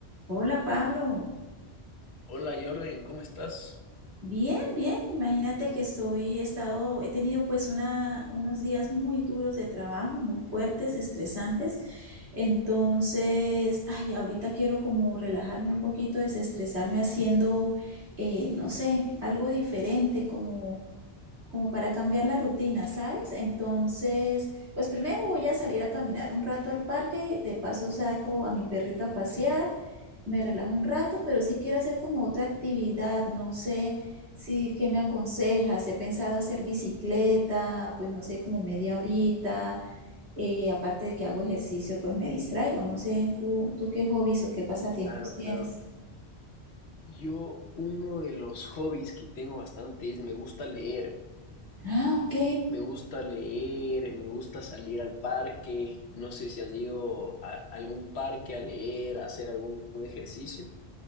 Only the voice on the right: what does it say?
Hola Pablo,
bien, bien. Imagínate que soy, he estado, he tenido pues una, unos días muy duros de trabajo, muy fuertes, estresantes. Entonces, ay, ahorita quiero como relajarme un poquito, desestresarme haciendo, eh, no sé, algo diferente, como como para cambiar la rutina, ¿sabes? Entonces, pues primero voy a salir a caminar un rato al parque, de paso saco a mi perrito a pasear, me relajo un rato, pero sí quiero hacer como otra actividad, no sé si qué me aconsejas, he pensado hacer bicicleta, pues no sé, como media horita, eh, aparte de que hago ejercicio, pues me distraigo, no sé, tú, tú qué hobbies o qué pasatiempos
tienes.
Ah, ok.